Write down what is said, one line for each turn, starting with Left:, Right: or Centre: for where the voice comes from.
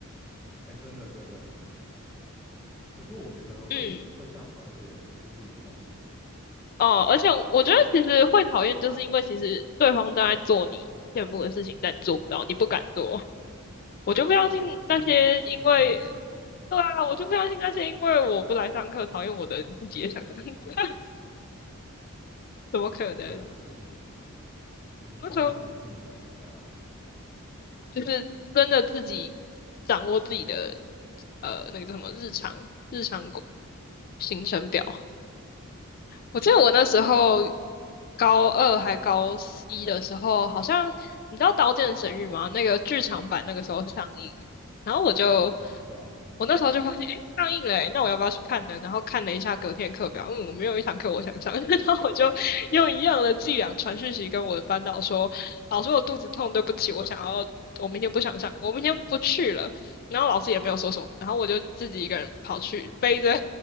Right: 哎，真的真的真的。只不过我觉得会会这样讨厌别人，
Left: 嗯，
Right: 就是自己太闲了。
Left: 哦，而且我觉得其实会讨厌，就是因为其实对方正在做你羡慕的事情，但你做不到，你不敢做。我就不相信那些因为
Right: 哦，的确，就是出自于嫉妒嘛。
Left: 对啊，我就不相信那些因为我不来上课讨厌我的人自己也想上课，<laughs> 怎么可能？
Right: 一对啊，一定的，一定的，
Left: 那时候
Right: 他们自己一定也是想要。
Left: 就是真的自己掌握自己的呃那个叫什么日常日常工行程表，我记得我那时候高二还高一的时候，好像你知道《刀剑神域》吗？那个剧场版那个时候上映，然后我就
Right: 哦，知道知道，
Left: 我那时候就发现，诶，上映了诶，那我要不要去看呢？然后看了一下隔天课表，嗯，我没有一堂课我想上，<laughs> 然后我就用一样的伎俩传讯息跟我的班导说，老师我肚子痛，对不起，我想要。我明天不想上，我明天不去了。然后老师也没有说什么，然后我就自己一个人跑去背着